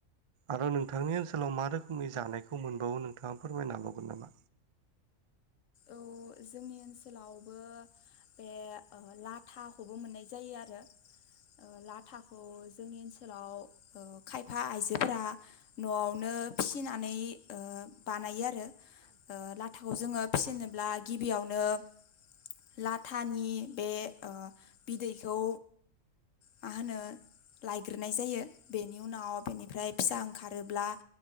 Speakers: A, on the right; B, on the left.
A: आरो नोंथांनि ओनसोलाव मा रोखोमनि जानायखौ मोनबावो नोंथाङा फोरमायनो हाबावगोन नामा?
B: औ जोंनि ओनसोलावबो। बे लाथाखौबो मोननाय जायो आरो लाथाखौ जोंनि ओनसोलाव। ओनसोलाव ओ खायफा आइजोफोरा न'आवनो फिसिनानै ओ बा लायो आरो लाथाखौ जोङो फिसिनोब्ला गिबियावनो- लाथानि बे बिदैखौ। मा होनो लायग्रोनाय जायो बेनि उनाव बेनिफ्राय फिसा ओंखारोब्ला-